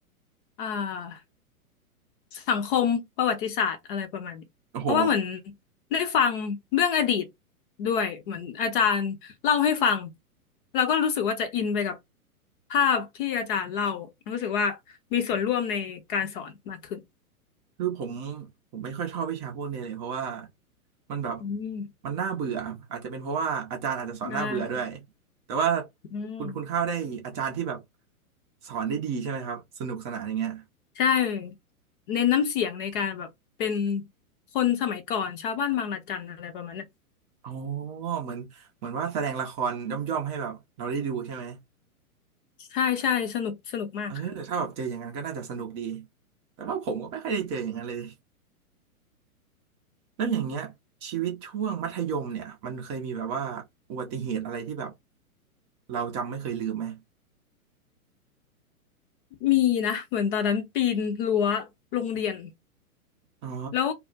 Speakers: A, on the left; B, on the right.
A: อ่าสังคมประวัติศาสตร์อะไรประมาณนี้
B: โอ้โห
A: เพราะว่าเหมือนได้ฟังเรื่องอดีตด้วยเหมือนอาจารย์เล่าให้ฟังเราก็รู้สึกว่าจะอินไปกับภาพที่อาจารย์เล่ารู้สึกว่ามีส่วนร่วมในการสอนมากขึ้น
B: คือผมผมไม่ค่อยชอบวิชาพวกนี้เลยเพราะว่ามันแบบ
A: อืม
B: มันน่าเบื่ออาจจะเป็นเพราะว่าอาจารย์อาจจะสอนน่าเบื่อด้วย
A: นะคะ
B: แต่ว่า
A: อืม
B: คุณคุณข้าวได้อาจารย์ที่แบบสอนได้ดีใช่ไหมครับสนุกสนานอย่างเงี้ย
A: ใช่เน้นน้ำเสียงในการแบบเป็นคนสมัยก่อนชาวบ้านบางระจันอะไรประมาณเนี้ย
B: อ๋อเหมือนเหมือนว่าแสดงละครย่อมๆให้แบบเราได้ดูใช่ไหม
A: ใช่ใช่สนุกสนุกมากค่ะ
B: เออถ้าแบบเจออย่างนั้นก็น่าจะสนุกดีแต่ว่าผมก็ไม่ค่อยได้เจออย่างนั้นเลยแล้วอย่างเงี้ยชีวิตช่วงมัธยมเนี่ยมันเคยมีแบบว่าอุบัติเหตุอะไรที่แบบเราจำไม่เคยลืมไหม
A: มีนะเหมือนตอนนั้นปีนรั้วโรงเรียน
B: อ๋อ
A: แล้ว